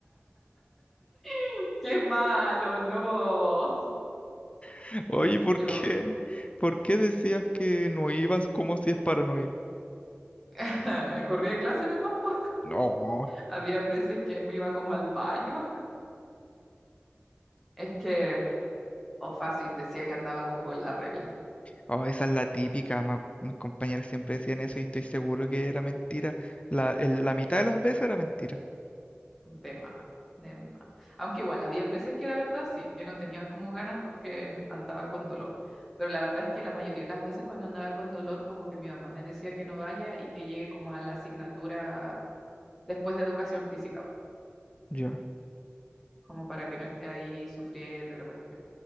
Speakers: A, in the centre; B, on the left.
A: <laughs> qué malo, no.
B: <laughs> Oye, ¿por
A: Yo
B: qué? ¿Por qué decías que no ibas como si es para no ir?
A: <laughs> me corrí de clase nomás, po.
B: No.
A: Habían veces que me iba como al baño. Es que, o fácil, decía que andaba como con la regla.
B: Oh, esa es la típica. ma- Mis compañeros siempre decían eso y estoy seguro que era mentira. La, el- la mitad de las veces era mentira.
A: De más, de más. Aunque igual, habían veces que era verdad, sí, que no tenía como ganas porque m- andaba con dolor. Pero la verdad es que la mayoría de las veces cuando andaba con dolor, como que mi mamá me decía que no vaya y que llegue como a la asignatura después de educación física,
B: Ya.
A: como para que no esté ahí sufriendo la cuestión.